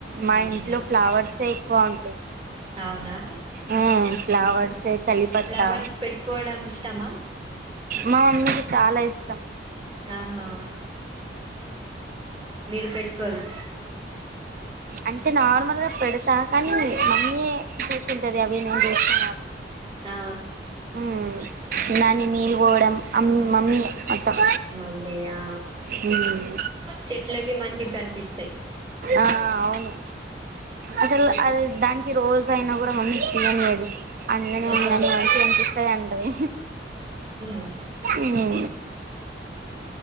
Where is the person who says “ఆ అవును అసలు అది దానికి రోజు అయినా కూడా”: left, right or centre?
Right